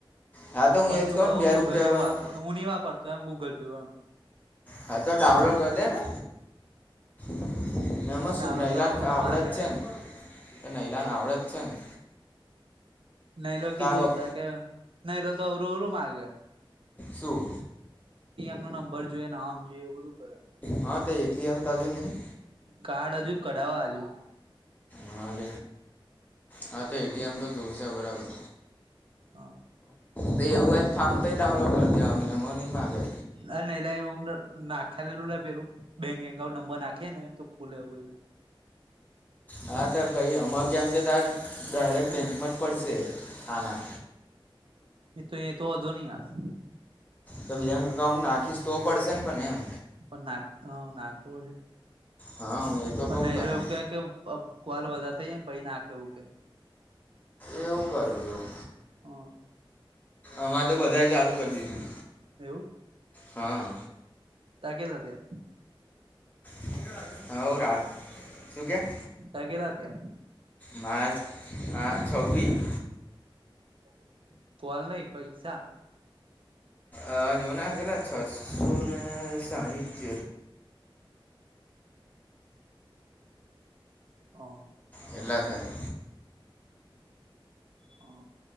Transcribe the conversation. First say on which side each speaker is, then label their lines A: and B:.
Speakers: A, on the left (about 20°); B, on the right (about 75°).
A: હા તો હું
B: પણ
A: એ જ
B: તું કહું
A: ને બે
B: ગૂગલ
A: રૂપિયા
B: પે
A: વાળું
B: વાપરુ પણ હું નહીં વાપરતો એમ ગૂગલ પેમાં.
A: હા તો ડાઉનલોડ કરી દેને <inaudible> એમાં
B: પણ ડાઉનલોડ
A: શું નૈલાન
B: કરવાનું બધું
A: આવડ
B: માગે
A: જ છે
B: નહી
A: ને નૈલાન આવડત જ છે ને.
B: નહીલો કીધું
A: તા બાપ
B: ત કે નહી લો તો અવરુંરું માગે.
A: શુ
B: નો નંબર જોઈએ નામ જોએ એ બધું કરે.
A: હા તો એટીએમ એમ તાજુ નહીં.
B: કાર્ડ હજુ કઢાવવા આલયુ
A: હાજ હા તો એટીએમ તો જોવશે બરાબર.
B: હા
A: તે એવું હોય ફેમ પે ડાઉનલોડ કર લેવાનુ એમા નહી માંગે
B: ના ન લ એવું નાખ્યા લલું ના પેરું બેંક નંબર નાખે ને તો ખુલે એવુંયું.
A: હા તો ભાઈ અમ કેમ કે ત. ડાયરેક્ટ બેંકમાં જ પડશે હાના.
B: એ તો એ તો વધો નહી આવે.
A: તો બેંક અકાઉંન્ટ નાખીશ તો પડશે ને પણ એમ.
B: પણ ના હ નાગપુર છે
A: હા હું એ તો
B: પણ
A: કહું તને
B: નરો એવું કે કે. કલ વધારા થઈાય એમ ભ નાખ એવું કે.
A: એવું કરું એવું.
B: હાં
A: અમાં તો બધા ચાલુ કરી દીધું.
B: એવું.
A: હા.
B: તારે કેટલા થયા
A: હવ રાજા હા રાજ શું ક્યા.
B: તારે કેટલા થયા
A: મારે હા છબ્બીસ
B: હ. કોલ નહી પૈસા.
A: અ જોને કેટલા છસ્સો સાહીઠ <inaudible>
B: હા.
A: કેટલા થયા
B: હા.